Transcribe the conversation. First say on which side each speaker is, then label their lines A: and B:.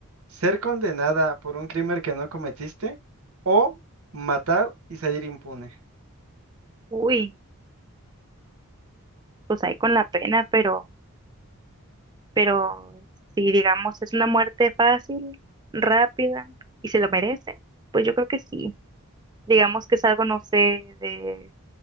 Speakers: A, on the right (about 85°); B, on the right (about 20°).
A: ¿Ser condenada por un crimen que no cometiste o matar y salir impune?
B: uy, pues ahí con la pena, pero, pero si digamos es una muerte fácil, rápida y se lo merece, pues yo creo que sí. Digamos que es algo, no sé, de